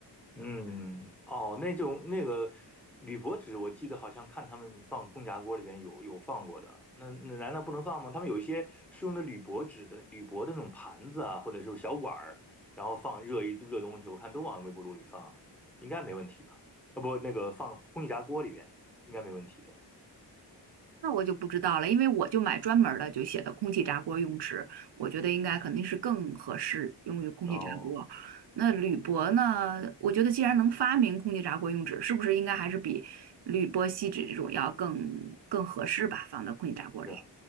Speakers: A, in the centre; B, on the right.
A: 嗯，哦，那种那个铝箔纸，我记得好像看他们放空气炸锅里边有有放过的，那那难道不能放吗？他们有一些是用的铝箔纸的铝箔的那种盘子啊，或者是小碗儿，然后放热一热东西，我看都往微波炉里放，应该没问题吧？啊不，那个放空气炸锅里边应该没问题的。
B: 那我就不知道了，因为我就买专门儿的，就写的空气炸锅用纸，我觉得应该肯定是更合适用于空气炸锅。
A: 哦，
B: 那铝箔呢？我觉得既然能发明空气炸锅用纸，是不是应该还是比铝箔锡纸这种要更更合适吧，放到空气炸锅里。
A: 是啊，